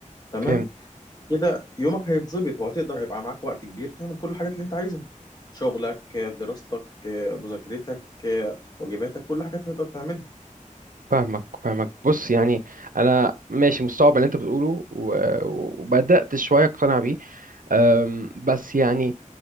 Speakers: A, on the left; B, on the right.
A: تمام
B: فهمت
A: كده يومك هيتظبط وهتقدر هيبقى معاك وقت كبير تعمل كل الحاجات اللي انت عايزها شغلك دراستك مذاكرتك واجباتك كل حاجة هتقدر تعملها
B: فاهمك فاهمك بص يعني انا ماشي مستوعب اللي انت بتقوله و- وبدات شويه اقتنع بيه أم، بس يعني